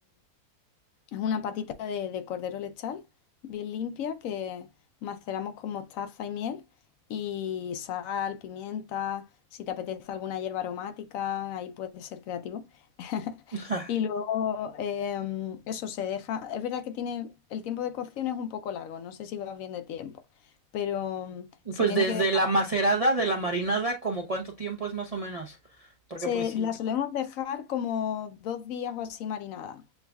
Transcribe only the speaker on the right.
Ajá.
Pues
desde
la macerada de la marinada, como cuánto tiempo es más o menos. Porque
pues sí.